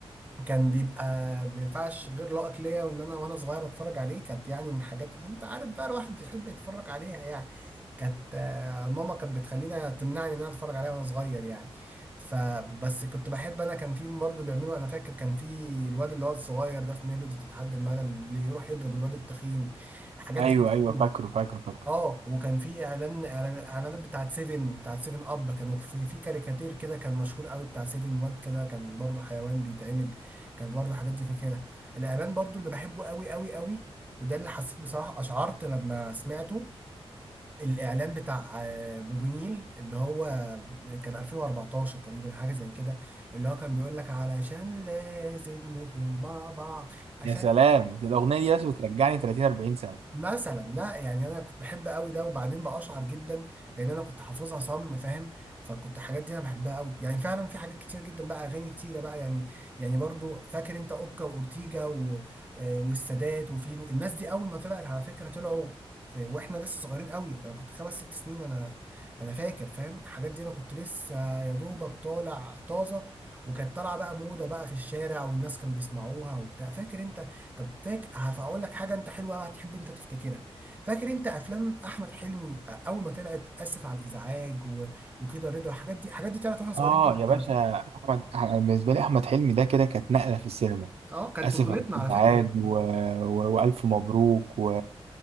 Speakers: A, on the right; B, on the right.
A: كان بيبقى ما ينفعش غير لقط ليا وان انا وانا صغير اتفرج عليه كانت يعني من الحاجات اللي انت عارف بقى الواحد بيحب يتفرج عليها يعني كانت آه، ماما كانت بتخلينا تمنعني ان انا اتفرج عليها وانا صغير يعني فبس كنت بحب انا كان في برضه بيعملوا انا فاكر كان في الواد اللي هو الصغير ده في ميلودي تتحدى الملل اللي يروح يضرب الواد التخين الحاجات
B: ايوه
A: دي كانت
B: ايوه
A: حلوه
B: فاكره فاكره فاكره
A: اه وكان في اعلان اعلان- اعلانات بتاعت سيفن بتاعت سيفن اب كانوا في في كاريكاتير كده كان مشهور قوي بتاع سيفن واد كده كان برضه حيوان بيتعمل كان برضه حاجات دي فاكرها الاعلان برضه اللي بحبه قوي قوي قوي وده اللي حسيت بصراحة اشعرت لما سمعته الاعلان بتاع آه، موبينيل اللي هو كان 2014 تقريبا حاجة زي كده اللي هو كان بيقول لك علشان لازم نكون مع بعض عشان
B: يا سلام دي الاغنيه دي بس بترجعني 30 40 سنه
A: مثلا لا يعني انا كنت بحب قوي ده وبعدين بقشعر جدا لان انا كنت حافظها صم فاهم فكنت الحاجات دي انا بحبها قوي يعني فعلا في حاجات كتير جدا بقى اغاني كتيره بقى يعني يعني برضو فاكر انت اوكا واورتيجا و... آه، والسادات وفيلو الناس دي اول ما طلعت على فكره طلعوا في- واحنا لسه صغيرين قوي انا كنت خمس ست سنين انا انا فاكر فاهم الحاجات دي انا كنت لسه يا دوبك طالع طازه وكانت طالعه بقى موضه بقى في الشارع والناس كانوا بيسمعوها وبتاع فاكر انت طب فاكر هقول لك حاجه انت حلوه قوي هتحب انت تفتكرها فاكر انت افلام احمد حلمي آه، اول ما طلعت اسف على الازعاج و... وكده رضا الحاجات دي الحاجات دي طلعت واحنا صغيرين
B: اه
A: جدا
B: يا باشا
A: على فكره
B: احمد أنا بالنسبه لي احمد حلمي ده كده كانت نقله في السينما
A: اه كانت
B: اسف
A: طفولتنا
B: على
A: على
B: الازعاج
A: فكره
B: و... و... والف مبروك و...